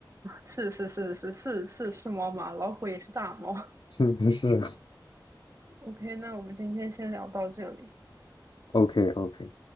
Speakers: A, on the right; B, on the left.
A: 是是是是是是是猫吗？老虎也是大猫。
B: <laughs> 是是
A: OK，那我们今天先聊到这里。
B: o k OK。